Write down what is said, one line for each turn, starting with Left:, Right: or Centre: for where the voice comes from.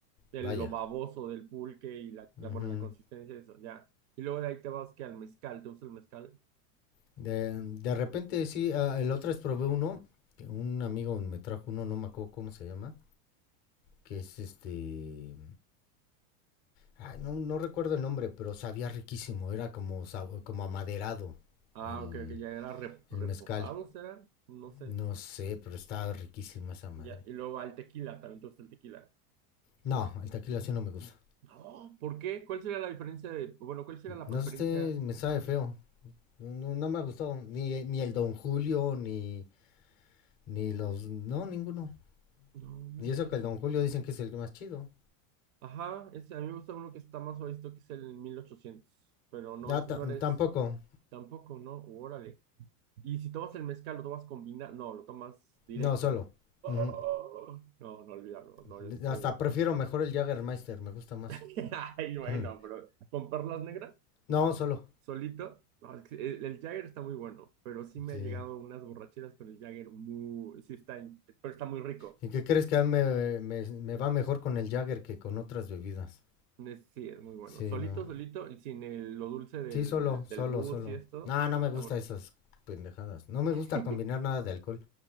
Right: el,
Left: Vaya.
Right: lo baboso del pulque y la,
Left: Ujú.
Right: la- bueno, la consistencia de eso, ya. Y luego de ahí te vas que al mezcal, ¿te gusta el mezcal?
Left: de, de repente, sí, ah, el otro es probé uno, que un amigo me trajo uno, no me acuerdo cómo se llama, que es este... ay, no, no recuerdo el nombre, pero sabía riquísimo, era como, sab- como amaderado
Right: Ah,
Left: el,
Right: ok, que ya era re- reposado,
Left: el mezcal.
Right: ¿será? No sé,
Left: No sé, pero estaba riquísima esa madre.
Right: ya. Y luego al tequila, también te gusta el tequila.
Left: No, el tequila así no me gusta.
Right: No, ¿por qué? ¿Cuál sería la diferencia de, bueno, cuál sería la
Left: No
Right: preferencia?
Left: sé, me sabe feo. No, no- no me ha gustado. Ni, ni el Don Julio, ni, Ni los. No, ninguno.
Right: No manches.
Left: Y eso que el Don Julio dicen que es el más chido.
Right: Ajá, ese, a mí me gusta uno que está más visto que es el mil ochocientos pero no,
Left: Ah,
Right: entonces
Left: tampoco.
Right: no eres tampoco, ¿no? Uh, órale. Y si tomas el mezcal, lo tomas combinado, no, lo tomas directo.
Left: No, solo.
Right: Oh,
Left: Ujú.
Right: no, no olvidarlo, no,
Left: D-
Right: yo sí soy...
Left: Hasta
Right: bien.
Left: prefiero mejor el Jaggermeister, me gusta más.
Right: <laughs> Ay, bueno,
Left: Ujú.
Right: pero con perlas negras,
Left: no, solo.
Right: solito, no, es que el, el Jagger está muy bueno, pero sí me
Left: Sí.
Right: ha llegado unas borracheras con el Jagger muy, sí está, in- pero está muy rico.
Left: ¿Y qué crees que a mí me, me- me va mejor con el Jagger que con otras bebidas?
Right: Es- Sí, es muy bueno.
Left: Sí,
Right: Solito,
Left: no.
Right: solito, y sin el- lo dulce del,
Left: Sí, solo, solo,
Right: del bus
Left: solo.
Right: y esto,
Left: No,
Right: sí
Left: no
Right: está
Left: me gusta
Right: bueno.
Left: esas pendejadas. No me gusta
Right: <laughs>
Left: combinar nada de alcohol.